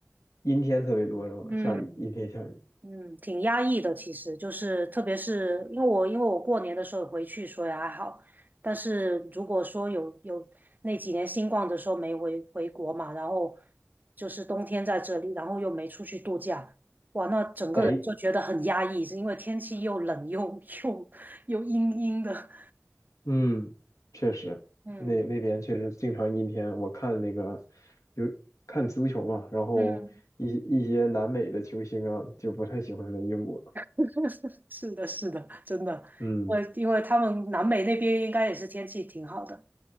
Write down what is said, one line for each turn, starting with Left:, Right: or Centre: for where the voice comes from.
Left: 阴天特别多是吧？
Right: <laughs> 嗯，
Left: 下雨，阴天下雨，
Right: 嗯，挺压抑的，其实就是特别是因为我因为我过年的时候回去，所以还好。但是如果说有有那几年新冠的时候没回回国嘛，然后就是冬天在这里，然后又没出去度假，哇，那整个人就觉得很压抑，
Left: 在
Right: 是因为天气又冷又 <laughs> 又又阴阴的。
Left: 嗯，确实，
Right: 嗯
Left: 那那边确实经常阴天。我看那个有看足球嘛，然后一一些南美的球星啊，
Right: 嗯，
Left: 就不太喜欢在英国。
Right: <laughs> 是的，是的，真的，
Left: 嗯。
Right: 因为因为他们南美那边应该也是天气挺好的。